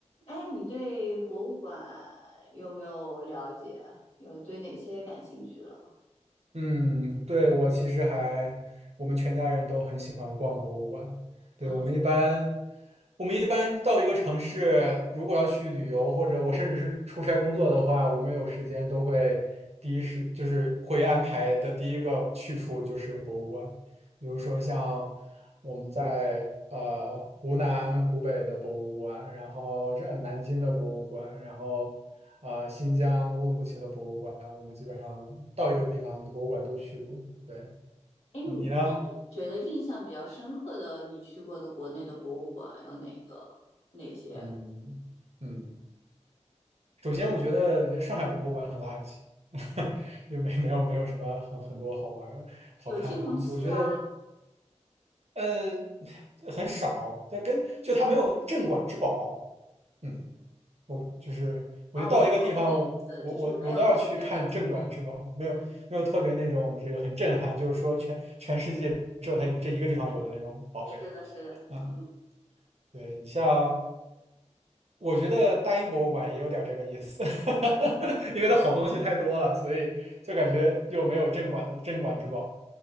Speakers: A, on the left; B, on the right.
A: 哎，你对博物馆有没有了解？有对哪些感兴趣了？
B: 嗯，对，我其实还，我们全家人都很喜欢逛博物馆。对，
A: 嗯，
B: 我们一般，我们一般到一个城市，如果要去旅游，或者我甚至是出差工作的话，我们有时间都会第一时就是会安排的第一个去处就是博物馆。比如说像我们在呃湖南、湖北的博物馆，然后这呃南京的博物馆，然后啊、新疆乌鲁木齐的博物馆，我们基本上到一个地方的博物馆都去过。对，
A: 哎，你那你觉得印象比较深刻的，
B: 你你呢？
A: 你去过的国内的博物馆有哪个？哪些？
B: 嗯嗯，首先我觉得上海博物馆很垃圾，<laughs> 就没没有没有什么很很多好玩儿好看的东西。
A: 有青铜器啊？
B: 我觉得呃很少，但跟就它没有镇馆之宝。嗯。就是我就到一个地方，
A: 啊，我懂你的意思，
B: 我我我我都要去看镇馆之宝，
A: 就是没有特别的。对，
B: 没有没有特别那种这个很震撼，
A: 嗯，
B: 就是说全全世界只有它这一个地方有的那种宝贝
A: 是的，是的，
B: 啊。
A: 嗯。
B: 对你像，我觉得大英博物馆也有点这个意思，<laughs> 因为它好东西太多了，所以就感觉又没有镇馆的镇馆之宝。